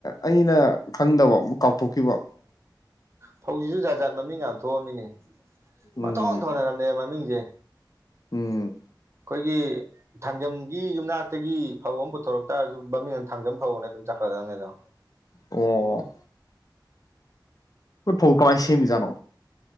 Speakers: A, on the left; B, on the right.
A: ꯑꯩꯅ ꯈꯪꯗꯕ ꯑꯃꯨꯛ ꯀꯥꯎꯊꯣꯛꯈꯤꯕ
B: ꯐꯧꯖꯤꯁꯨ ꯖꯥꯖꯥꯠ ꯃꯃꯤꯡ ꯌꯥꯝ ꯊꯣꯛꯑꯝꯃꯤꯅꯦ
A: ꯎꯝ
B: ꯄꯊꯣꯟ ꯊꯣꯟꯅꯔꯝꯅꯦ ꯃꯃꯤꯡꯁꯦ
A: ꯎꯝ
B: ꯑꯩꯈꯣꯏꯒꯤ ꯊꯥꯡꯖꯝꯒꯤ ꯌꯨꯝꯅꯥꯛꯇꯒꯤ ꯐꯧ ꯑꯃ ꯄꯨꯊꯣꯔꯛꯇꯥꯔꯁꯨ ꯃꯃꯤꯡꯅ ꯊꯥꯡꯖꯝ ꯐꯧꯅ ꯑꯗꯨꯝ ꯆꯠꯀꯗꯕꯅꯦ ꯑꯗꯣ
A: ꯑꯣ <unintelligible> ꯐꯧ ꯀꯥ ꯃꯥꯏꯁꯤꯃꯤꯖꯣ